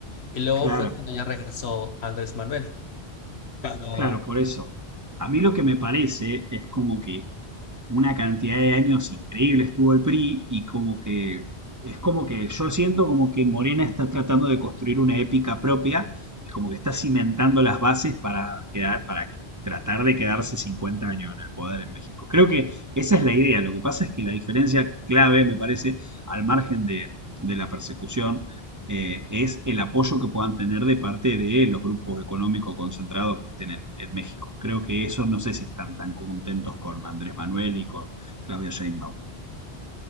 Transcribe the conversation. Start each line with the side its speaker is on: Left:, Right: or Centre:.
Left: Y luego
Right: claro,
Left: fue cuando ya regresó Andrés Manuel. Pero
Right: claro, por eso. A mí lo que me parece es como que una cantidad de años increíble estuvo el PRI y como que es como que yo siento como que Morena está tratando de construir una épica propia y como que está cimentando las bases para quedar, para tratar de quedarse 50 años en el poder en México. Creo que esa es la idea. Lo que pasa es que la diferencia clave, me parece, al margen de, de la persecución eh, es el apoyo que puedan tener de parte de los grupos económicos concentrados que estén en, en México. Creo que esos no sé si están tan contentos con Andrés Manuel y con Claudia Sheinbaum.